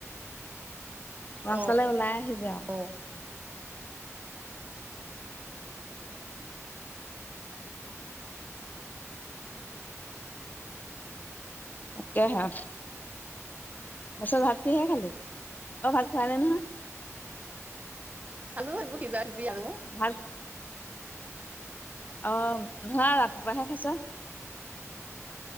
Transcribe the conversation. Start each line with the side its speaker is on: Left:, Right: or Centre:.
Left: পাছললৈ
Right: অ
Left: ওলাই আহিবি আৰু
Right: অ
Left: তাকে হে পাচে ভাত কিহেৰে খালি অ ভাত খোৱা নাই নহয়
Right: খালো কিবা এটা কবি আলু
Left: ভাত অ নহয় ৰাতিপুৱা শেষ খাইছ